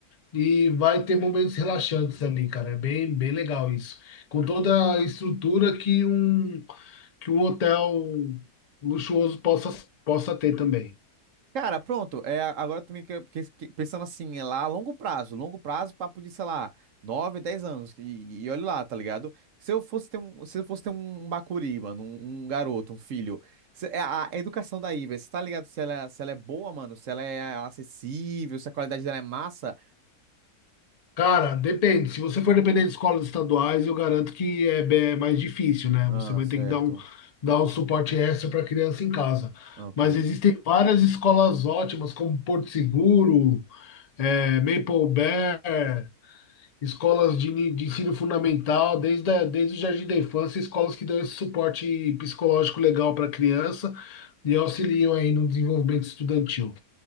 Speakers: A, on the left; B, on the right.
A: E vai ter momentos relaxantes ali, cara. É bem, bem legal isso. Com toda a estrutura que um, que um hotel luxuoso possa, possa ter também.
B: Cara, pronto. É, agora também que, eu- que- que- pensando assim, é lá a longo prazo, longo prazo, papo de, sei lá, 9 10 anos. E, e olha lá, tá ligado? Se eu fosse ter um, se eu fosse ter um Bacuri, mano, um, um garoto, um filho, se- é a, a educação daí, velho, você tá ligado se ela, é, se ela é boa, mano, se ela é acessível, se a qualidade dela é massa.
A: Cara, depende. Se você for depender de escolas estaduais, eu garanto que é be- mais difícil, né?
B: Ah,
A: Você vai
B: certo.
A: ter que dar um, dar um suporte extra para a criança em casa.
B: Ok.
A: Mas existem várias escolas ótimas, como Porto Seguro, eh, Maple Bear. escolas de, ni- de ensino fundamental, desde, a- desde o jardim da infância, escolas que dão esse suporte psicológico legal para a criança e auxiliam aí no desenvolvimento estudantil.